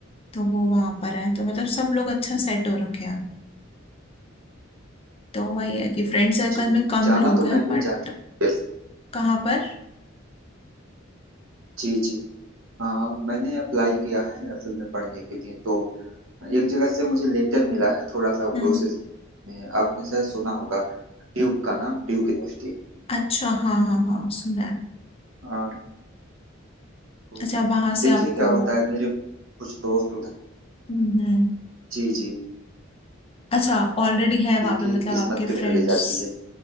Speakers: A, on the left; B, on the right.
A: तो वो वहां पर है तो मतलब सब लोग अच्छा सेट हो रखे हैं तो वही है कि फ्रेंड सर्कल
B: जी
A: में कम
B: जाना
A: लोग
B: तो
A: हैं
B: मैं
A: बट
B: भी चाहती
A: कहाँ पर
B: जी जी हाँ मैंने अप्लाई किया है असल में पढ़ने के लिए तो एक जगह से मुझे लेटर मिला है थोड़ा सा
A: हम्म
B: प्रोसेस में आपने शायद सुना होगा ड्यूक का नाम ड्यूक यूनिवर्सिटी
A: अच्छा हाँ हाँ हाँ सुना है
B: हाँ, तो
A: अच्छा वहां
B: देखिए
A: से आपको
B: क्या होता है मेरे कुछ दोस्त उधर
A: हम्म हम्म
B: जी जी
A: अच्छा ऑलरेडी है वहां
B: देखिए
A: पे मतलब
B: किस्मत
A: आपके
B: किधर
A: फ्रेंड्स
B: ले जाती है